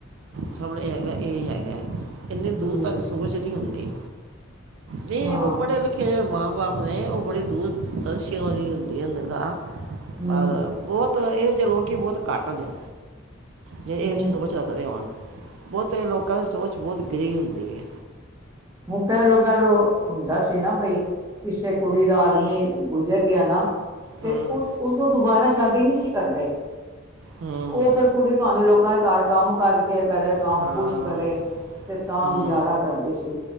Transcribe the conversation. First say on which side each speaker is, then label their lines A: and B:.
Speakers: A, on the right; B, on the right.
A: ਸਾਮਣੇ ਇਹ ਹੈਗਾ, ਇਹੀ ਹੈਗਾ। ਇੰਨੀ ਦੂਰ
B: ਹਮ
A: ਤੱਕ ਸੋਚ ਨਈ ਹੁੰਦੀ। ਦੇਈ
B: ਹਾਂ
A: ਵੋ ਪੜ੍ਹੇ-ਲਿਖੇ ਜਿਹੜੇ ਮਾਂ ਬਾਪ ਨੇ, ਉਹ ਬੜੀ ਦੂਰਦਰਸ਼ੀ ਉਹਨਾਂ ਦੀ ਹੁੰਦੀ ਐ ਨਿਗਾਹ
B: ਹਮ
A: ਪਰ, ਬੋਤ ਏਹੋ ਜੇ ਲੋਕੀਂ ਬੋਤ ਘੱਟ ਨੇ ਜੇੜੇ
B: ਹਮ
A: ਏ ਸੋਚ ਰੱਖਦੇ ਹੋਣ, ਬਹੁਤੇ ਲੋਕਾਂ ਦੀ ਸੋਚ ਬੋਤ ਗਿਰੀ ਹੁੰਦੀ ਏ।
B: ਵੋ ਪਹਿਲੋ-ਪਹਿਲੋ ਹੁੰਦਾ ਸੀ ਨਾ ਬਈ, ਕਿਸੇ ਕੁੜੀ ਦਾ ਆਦਮੀ ਗੁਜ਼ਰ ਗਿਆ ਨਾ ਤੇ
A: ਹਮ,
B: ਓ ਉਸਨੂੰ ਦੁਬਾਰਾ ਸ਼ਾਦੀ ਨੀ ਸੀ ਕਰਦੇ।
A: ਹਮ
B: ਓ ਫੇਰ ਕੁੜੀ ਭਾਵੇਂ ਲੋਕਾਂ ਦੇ ਘਰ ਕੰਮ ਕਰਕੇ ਕਰੇ, ਕੰਮ
A: ਹਾਂ
B: ਕੁਛ ਕਰੇ ਤੇ ਤਾਂ
A: ਹਾਂ
B: ਗੁਜ਼ਾਰਾ ਕਰਦੇ ਸੀ।